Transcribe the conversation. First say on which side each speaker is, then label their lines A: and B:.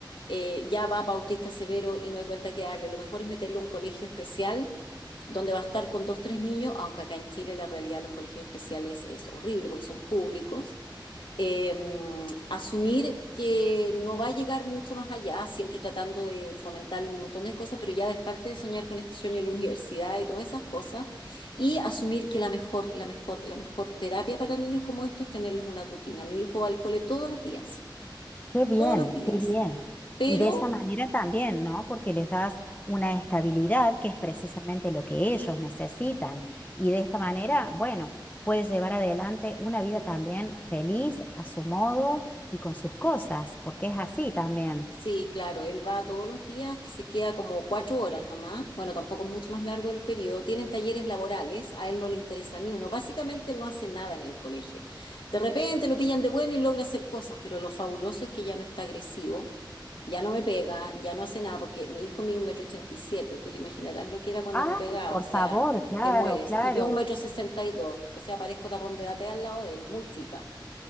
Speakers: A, on the left; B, on the left.
A: eh, ya va autista severo y no hay vuelta que darle. Lo mejor es meterlo a un colegio especial donde va a estar con dos, tres niños, aunque acá en Chile la realidad de los colegios especiales es horrible porque son públicos eh, asumir que no va a llegar mucho más allá, siempre tratando de fomentar un montón de cosas, pero ya dejarte de soñar con este sueño de la universidad y todas esas cosas, y asumir que la mejor, la mejor, la mejor terapia para niños como esto es tenerles una rutina. Mi hijo va al cole todos los días,
B: Qué bien,
A: todos los días,
B: qué bien.
A: pero
B: Y de esa manera también, ¿no? Porque les das una estabilidad que es precisamente lo que ellos necesitan. Y de esta manera, bueno, puedes llevar adelante una vida también feliz a su modo y con sus cosas, porque es así también.
A: Sí, claro, él va todos los días, que se queda como cuatro horas nomás. Bueno, tampoco es mucho más largo el periodo. Tienen talleres laborales, a él no le interesa ni uno. Básicamente él no hace nada en el colegio. De repente lo pillan de bueno y logra hacer cosas, pero lo fabuloso es que ya no está agresivo, ya no me pega, ya no hace nada, porque mi hijo mide un metro ochenta y siete. Tú te imaginarás lo que era cuando
B: Ah,
A: me pegaba,
B: por
A: o sea,
B: favor, claro,
A: te mueres.
B: claro.
A: Y yo un metro sesenta y dos, o sea, parezco tapón de gatea al lado de él, muy chica.